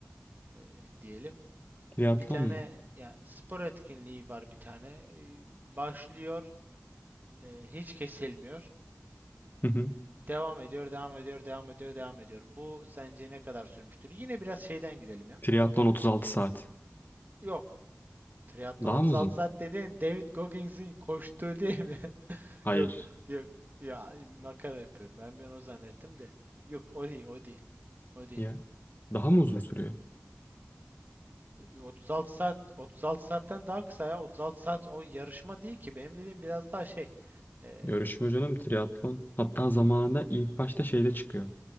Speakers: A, on the right; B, on the left.
A: e, diyelim.
B: Triatlon
A: Bir tane
B: mu?
A: ya spor etkinliği var bir tane. E, başlıyor, e, hiç kesilmiyor.
B: Hı hı.
A: Devam ediyor, devam ediyor, devam ediyor, devam ediyor. Bu sence ne kadar sürmüştür? Yine biraz şeyden gidelim ya.
B: Triatlon 36 saat.
A: Yok. Triatlon
B: Daha
A: 36
B: mı uzun?
A: saat dedin David Goggins'in koştuğu değil mi? <laughs>
B: Hayır.
A: Yok, yok. Ya makara yapıyorum. Ben bir an o zannettim de. Yok, o değil, o değil. O değil.
B: Ya daha mı uzun sürüyor?
A: 36 saat 36 saatten daha kısa ya. 36 saat o yarışma değil ki. Benim dediğim biraz daha şey. Eee,
B: Yarışma canım triatlon. Hatta zamanında ilk başta şeyde çıkıyor.